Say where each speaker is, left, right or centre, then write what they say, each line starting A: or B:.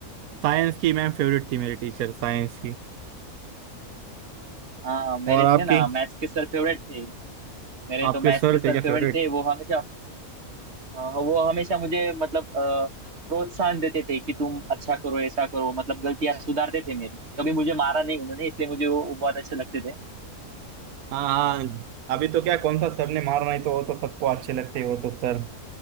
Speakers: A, on the right (about 75°); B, on the right (about 45°).
A: साइंस की मैम फेवरेट थी मेरी टीचर साइंस की
B: हाँ मेरे
A: और आपकी
B: थे ना मैथ्स के सर फेवरेट थे मेरे
A: आपके
B: तो मैथ्स
A: सर
B: के सर
A: थे क्या
B: फेवरेट
A: फेवरेट
B: थे वो हमेशा हाँ हाँ, वो हमेशा मुझे मतलब अ, प्रोत्साहन देते थे कि तुम अच्छा करो ऐसा करो मतलब गलतियां सुधारते थे मेरी कभी मुझे मारा नहीं उन्होंने इसलिए मुझे वो, वो बहुत अच्छे लगते थे
A: हाँ हाँ अभी तो क्या कौन सा सर ने मार नहीं तो वो तो सबको अच्छे लगते हैं वो तो सर